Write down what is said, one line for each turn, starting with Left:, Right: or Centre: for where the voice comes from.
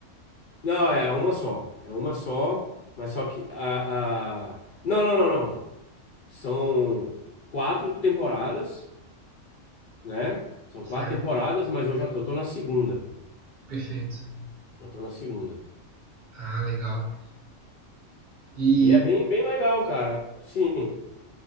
Left: Não, é uma só. É uma só, mas só que a, a... Não, não, não, não. São quatro temporadas. né? São
Right: Certo.
Left: quatro temporadas, mas eu já eu tô na segunda.
Right: Perfeito.
Left: Eu tô na segunda.
Right: Ah, legal. E
Left: E é bem, bem legal, cara. Assim,